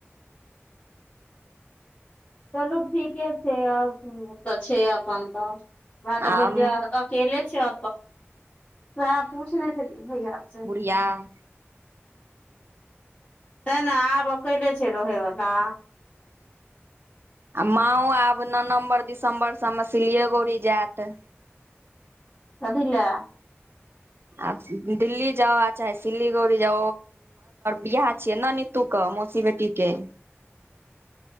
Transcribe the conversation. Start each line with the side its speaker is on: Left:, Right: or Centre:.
Left: चलू ठीके छै आब तऽ छै अपन तऽ बात
Right: आ
Left: भेल जे केले छै अ त पूछने छै भैया से
Right: इा <inaudible>
Left: तै ने आब अकले छै रहेवला
Right: आ माओ आब नवम्बर दिसम्बर से हम सिल्लीए गोड़ी जायत
Left: क द ल
Right: आ दिल्ली जाो आ चाहे सिलीगोड़ी जा बियाह छियै न न तू कह मौसी बेटीके